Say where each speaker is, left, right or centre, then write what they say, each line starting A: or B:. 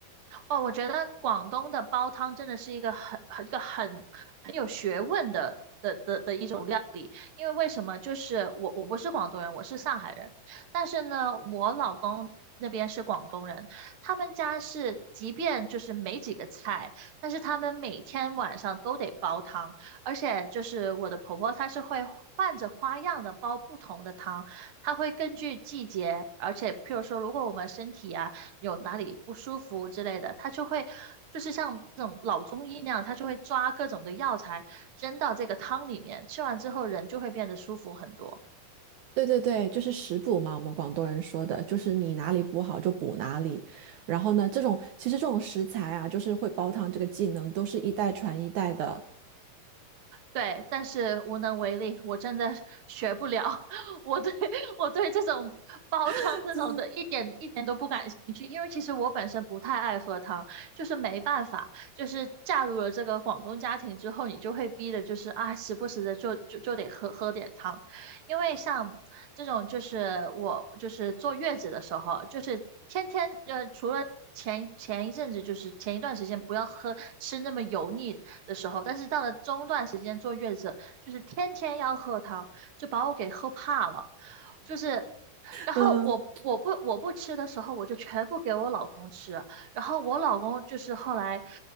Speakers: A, on the right; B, on the right.
A: 哦，我觉得广东的煲汤真的是一个很、很、一个很、很有学问的的的的一种料理。因为为什么？就是我我不是广东人，我是上海人，但是呢，我老公那边是广东人，他们家是即便就是没几个菜，但是他们每天晚上都得煲汤，而且就是我的婆婆她是会。换着花样的煲不同的汤，她会根据季节，而且譬如说，如果我们身体啊有哪里不舒服之类的，他就会就是像那种老中医那样，他就会抓各种的药材扔到这个汤里面，吃完之后人就会变得舒服很多。
B: 对对对，就是食补嘛，我们广东人说的，就是你哪里补好就补哪里。然后呢，这种其实这种食材啊，就是会煲汤这个技能，都是一代传一代的。
A: 对，但是无能为力，我真的学不了。<laughs> 我对 <laughs> 我对这种煲汤这种的一点一点都不感兴趣，
B: <laughs>
A: 因为其实我本身不太爱喝汤，就是没办法，就是嫁入了这个广东家庭之后，你就会逼的，就是啊，时不时的就就就得喝喝点汤，因为像这种就是我就是坐月子的时候，就是天天呃除了。前前一阵子就是前一段时间不要喝吃那么油腻，的时候，但是到了中段时间坐月子，就是天天要喝汤，就把我给喝怕了，就是。然后我我不我不吃的时候，
B: 嗯，
A: 我就全部给我老公吃。然后我老公就是后来，